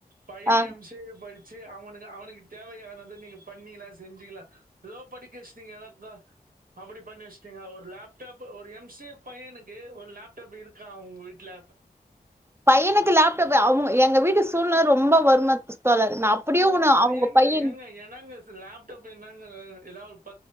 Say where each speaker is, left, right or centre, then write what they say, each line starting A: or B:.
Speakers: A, on the right; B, on the right.
A: பையண
B: ஆ
A: எம் சி ஏ படி செரி அவனுக்கு அவனுக்கு தேவையானது நீங்க பண்ணிலா செஞ்சீங்கலா லோ படிக்க வெச்சிடீங்க <unintelligible> அப்பாடி பண்ணி வெச்சிடீங்க ஒரு லேப்டாப் ஒரு எம் ஸி பையனுக்கு ஒரு லேப் டாப் இருக்கா உங்க வீட்ல
B: பையனுக்கு லேப்டாப் அவ எங்க வீட்டு சூழ்நெல ரொம்ப வரும தோழர் நா அப்படியே
A: தூங்னது
B: ஒண்ணு அவங்க
A: எங்க
B: பையன்
A: எங்க என்னங்க லேப்டாப் என்னங்க எல்லாப்